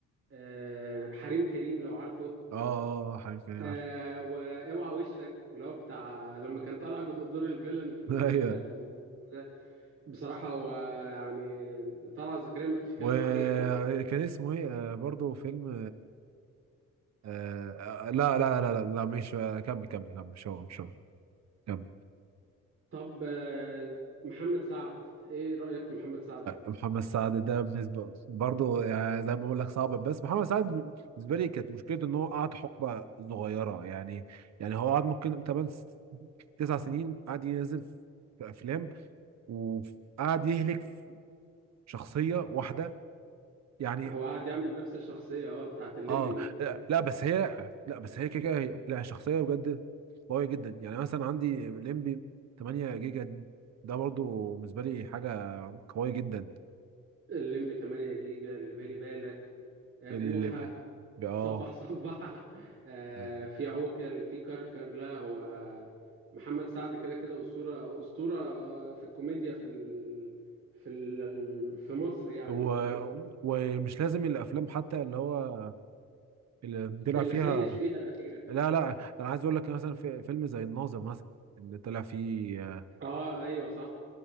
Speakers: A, on the right; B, on the right.
A: آه حريم كريم لو عارفه
B: اه حبيبي انا
A: آه
B: عارف
A: واوعى وشك اللي هو بتاع لما كان طالع بدور الفيلن في ال-
B: <laughs> ايوه
A: ده بصراحة هو يعني طلعت زكريا مفيش كلام
B: وكان
A: عليه يعني
B: اسمه ايه آه، برضه فيلم آه آه، لا لا لا لا لا مش آه، كمل كمل كمل مش هو مش هو كمل
A: طب آه، محمد سعد ايه رأيك في محمد سعد؟
B: محمد سعد ده بالنسبة برضه يعني زي ما بقول لك صعب بس محمد سعد بالنسبة لي كانت مشكلته ان هو قعد حقبة صغيرة يعني يعني هو قعد ممكن 8 9 سنين قعد ينزل في افلام وقعد يهلك في شخصية واحدة يعني
A: هو قاعد يعمل نفس الشخصية اه بتاعت الليمبي
B: اه
A: دي
B: لا لا، بس هي لا بس هي كده كده هي- لا شخصيه بجد قويه جدا يعني مثلا عندي ليمبي 8 جيجا ده برضو بالنسبه لي حاجه قويه جدا
A: الليمبي 8 جيجا اللي بالي بالك آه،
B: اللي
A: بوحة
B: ب... ب... اه
A: صبح صبح <laughs> آه،
B: آه،
A: في عوكل في كركر لا هو محمد سعد كده كده أسطورة أسطورة في الكوميديا في ال... في ال... في مصر يعني
B: و...
A: عامة
B: ومش لازم الافلام حتى اللي هو اللي طلع
A: اللي
B: فيها
A: خيش فيها الأخيرة
B: لا لا انا عايز اقول لك مثلا في فيلم زي الناظر مثلا اللي طلع فيه آه،
A: اه ايوه صح